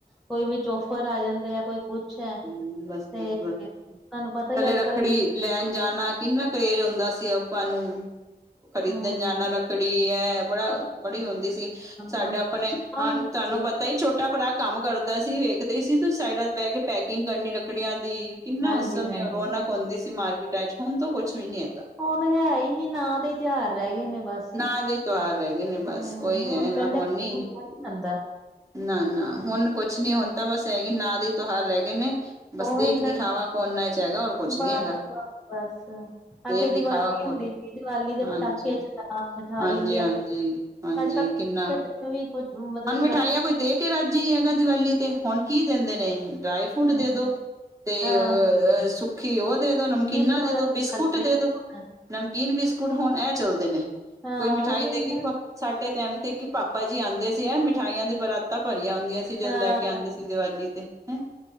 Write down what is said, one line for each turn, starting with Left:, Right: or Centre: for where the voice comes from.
Centre: ਕੋਈ ਵਿੱਚੋ ਓਫਰ ਆ ਜਾਂਦੇ ਆ ਕੋਈ ਕੁਛ ਹੈ
Right: ਹਮ, ਬਸ-
Centre: ਤੇ
Right: ਬਸ- ਬਸ
Centre: ਤੁਹਾਨੂੰ ਪਤਾ ਹੀ
Right: ਪਹਿਲੇ
Centre: ਅੱਜ
Right: ਰੱਖੜੀ
Centre: ਕੱਲ ਮੈਂ
Right: ਲੈਣ ਜਾਣਾ ਕਿੰਨਾ ਕਰੇਜ ਹੁੰਦਾ ਸੀ ਆਪਾਂ ਨੂੰ, ਖਰੀਦਣ
Centre: ਹਮ
Right: ਜਾਣਾ
Centre: ਹਮ
Right: ਰੱਖੜ ੜੀ ਹੈ ਬੜਾ, ਬੜੀ ਹੁੰਦੀ ਸੀ, ਸਾਡੇ
Centre: ਹਾਂ
Right: ਆਪਣੇ ਹਨ
Centre: ਹੁੰਦੀ
Right: ਤਾਨੂੰ
Centre: ਸੀ
Right: ਪਤਾ ਹੀ ਛੋਟਾ ਭਰਾ ਕੰਮ ਕਰਦਾ ਸੀ। ਵੇਖਦੇ ਸੀ ਤੁਸੀ ਸਾਈਡਾਂ ਤੇ ਬਹਿ ਕੇ ਪੈਕਿੰਗ ਕਰਨੀ ਰੱਖੜੀਆਂ ਦੀ, ਕਿੰਨਾ
Centre: ਹਾਂਜੀ
Right: ਉਸ ਸਮੇਂ
Centre: ਹਾਂਜੀ
Right: ਉਹ ਰੌਣਕ ਹੁੰਦੀ ਸੀ ਮਾਰਕੀਟਾਂ 'ਚ, ਹੁਨ ਤਾਂ ਕੁਛ ਵੀ ਨੀ ਹੈਗਾ
Centre: ਹੁਣ ਹੈ ਹੀ ਨੀ, ਨਾਂ ਦੇ ਤਿਹਾਰ ਰਹਿ ਗਏ ਨੇ ਬਸ
Right: ਨਾ ਦੇ ਤਿਹਾਰ ਰਹਿ ਗਏ ਨੇ ਬਸ,
Centre: ਹਮ
Right: ਉਹੀ ਹੈ,
Centre: ਪਹਿਲੇ
Right: ਹੁਣ ਨੀ।
Centre: ਆਉਂਦਾ
Right: ਨਾ- ਨਾ ਹੁਣ ਕੁਛ ਨੀ, ਹੁਣ ਤਾਂ ਬਸ ਹੈਗੀ ਨਾ ਦੀ ਤਿਹਾਰ ਰਹਿ ਗਏ ਨੇ। ਬਸ
Centre: ਉਹੀ
Right: ਦੇਖ
Centre: ਨਾ
Right: ਦਿਖਾਵਾ ਫੋਨਾ 'ਚ ਹੈਗਾ। ਕੁਛ
Centre: ਬਸ-
Right: ਨੀ ਹੈਗਾ
Centre: ਬਸ- ਬਸ
Right: ਦੇਖ
Centre: ਅੱਗੇ ਦੀਵਾਲੀ
Right: ਦਿਖਾਵਾ ਫੋਟੋ
Centre: ਹੁੰਦੀ ਸੀ, ਦੀਵਾਲੀ ਦੇ
Right: ਹਾਂਜੀ,
Centre: ਪਟਾਕੇ ਚਲਾ ਮਿਠਾਈ
Right: ਹਾਂਜੀ,
Centre: ਲਿਆ,
Right: ਹਾਂਜੀ, ਹਾਂਜੀ
Centre: ਅੱਜ- ਕੱਲ
Right: ਕਿੰਨਾ
Centre: <unintelligible> ਕੁਛ ਮਤਲਬ
Right: ਹੁਣ
Centre: ਵੀ ਚਲਾ
Right: ਮਿਠਾਈਆਂ ਕੋਈ ਦੇ ਕੇ ਰਾਜੀ ਹੀ ਨਹੀ ਹੈਗਾ ਦੀਵਾਲੀ ਤੇ, ਹੁਣ ਕੀ ਦਿੰਦੇ ਨੇ, ਡਰਾਈ ਫਰੂਟ
Centre: ਹਮ
Right: ਦੇ ਦੋ ਤੇ
Centre: ਹਾਂ
Right: ਓ, ਸੁੱਖੀ ਉਹ ਦੇ ਦੋ, ਨਮਕੀਨਾ
Centre: ਗਿਫਟ ਵਗੈਰਾ
Right: ਦੇ ਦੋ, ਬਿਸਕੁਟ
Centre: ਚੱਲ ਪਏ
Right: ਦੇ
Centre: ਨੇ
Right: ਦੋ।
Centre: ਹੁਣ
Right: ਨਮਕੀਨ, ਬਿਸਕੁਟ, ਹੁਣ ਐਹ ਚੱਲਦੇ ਨੇ,
Centre: ਹਾਂ
Right: ਕੋਈ ਮਿਠਾਈ
Centre: ਉਹੀ
Right: ਦੇ ਕੇ
Centre: ਨਾ
Right: ਖਾ ਸਾਡੇ ਟਾਈਮ ਤੇ ਕਿ ਪਾਪਾ ਜੀ ਆਉਂਦੇ ਸੀ ਹੈਂ ਮਿਠਾਈਆਂ ਦੀ ਪਰਾਤਾਂ ਭਰੀਆਂ ਹੁੰਦੀਆਂ ਸੀ? ਜਦੋਂ
Centre: ਹਾਂ
Right: ਲੈ ਕੇ ਆਉਂਦੇ ਸੀ ਦੀਵਾਲੀ ਤੇ, ਹੈਂ,